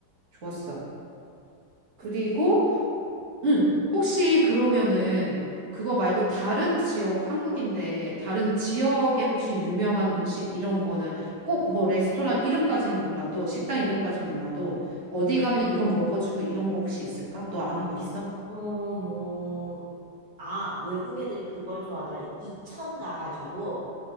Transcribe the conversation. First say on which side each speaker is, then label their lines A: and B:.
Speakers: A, on the right; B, on the right.
A: 좋았어. 그리고
B: 그치.
A: 응, 혹시 그러면은 그거 말고 다른 지역, 한국인데 다른 지역에 혹시 유명한 음식 이런 거는 꼭 뭐 레스토랑 이름까지는 몰라도 식당 이름까지는 몰라도 어디 가면 이건 먹어주고 이런 거 혹시 있을까? 너 아는 거 있어?
B: 어, 뭐. 아, 외국 애들이 그걸 좋아하더라. 이천 가가지고,